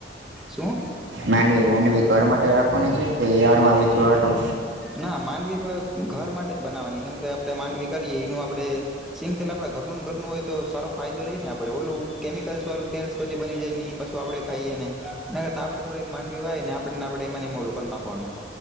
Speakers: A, in the centre; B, on the right.
A: શું?
B: માંડવી માંડવી ઘર માટે રાખવાની છે કે યારડમાં વેચવા હારુ?
A: ના માંડવી ઘર માટે જ બનાવવાની કેમ કે આપડણે માંડવી કરીએ એનું આપડે સિંગ તેલ આપે ઘરનું ઘર નનું હોય તો સારો ફાયદો રહી ને આપડ ઓલું કેમિકલ્સ વાળું તેલ બની જાય ને એઈ પશુ આપણેેાઈએ ને એને કરતા આપણે થોડીક માંડવી વાય ને આપણેને આપણે એ મોલું કરી નાખવા નું.